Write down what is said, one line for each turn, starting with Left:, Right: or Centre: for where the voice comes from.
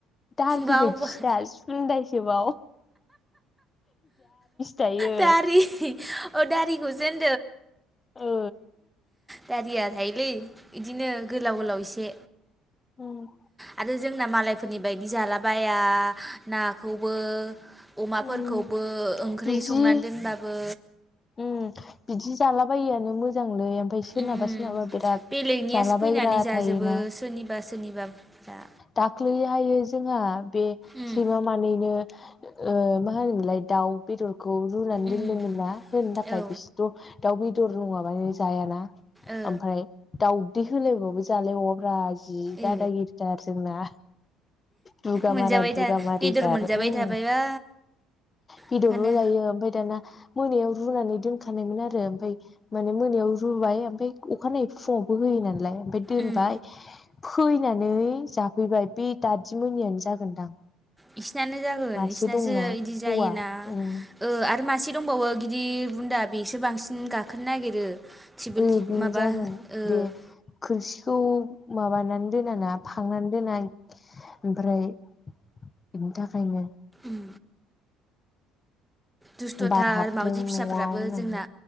Left: दारजि
Centre: बावबाय
Left: बायदिसो दा सुनदाइ सोबाव थायो
Centre: दारि अ दारिखौ जेन
Left: ओ
Centre: दारिया थायोलै बिदिनो गोलाव गोलाव एसे
Left: उम
Centre: आरो जोंना मालायफोरनि बायदि जालाबाया नाखौबो अमाफोरखौबो
Left: उम
Centre: ओंख्रि
Left: बिदि
Centre: संनानै दोनबाबो
Left: बिदि जालाबायैआनो मोजां लै ओमफ्राय सोरनाबा
Centre: उम
Left: सोरनाबा बिराद
Centre: बेलेगनियासो
Left: जालाबायग्रा
Centre: फैनानै जाजोबो
Left: थायोना
Centre: सोरनिबा सोरनिबाफ्रा
Left: दाख्लै हायो जोंहा बे
Centre: उम
Left: सैमा मानैनो मा होनोमोनलाय दाउ बेदर खौ रुनानै दोन्दोंमोन
Centre: उम
Left: ना होनो थाखाय
Centre: औ
Left: बिसोरथ' दाउ बेदर नङाबानो जायाना
Centre: ओ
Left: ओमफ्राय दावदै होलायबाबो जालाय बावाब्रा जि
Centre: ओ
Left: दादागिरिथार जोंना दुगामारा
Centre: मोनजाबाय
Left: दुगामारिथार
Centre: था बेदर मोनजाबाय
Left: उम
Centre: थाबायबा
Left: बेदरल'
Centre: ओंखायनो
Left: जायो ओमफ्राय दाना मोनायाव रुनानै दोनखानायमोन आरो ओमफ्राय माने मोनायाव रुबाय ओमफ्राय अखानायै फुङावबो होयो नालाय ओमफ्राय दोनबाय
Centre: उम
Left: फैनानै जाफैबाय बे दादि मोननियानो जागोनदां
Centre: बिसिनानो जागोन
Left: मासे
Centre: बिसिनासो
Left: दंना
Centre: बिदि जायोना
Left: हौवा उम
Centre: ओ आरो मासे दंबावो गिदिर बुन्दा बेसो बांसिन गाखोनो नागिरो। टेबोल
Left: ओ बेनो
Centre: माबा
Left: जागोन
Centre: ओ
Left: बे खोरखिखौ माबानानै दोनाना फांनानै दोना ओमफ्राय बिनि थाखायनो
Centre: उम दुस्थ'थार
Left: बार हाबदों
Centre: मावजि फिसाफ्राबो
Left: न'आव
Centre: जोंना
Left: होननानै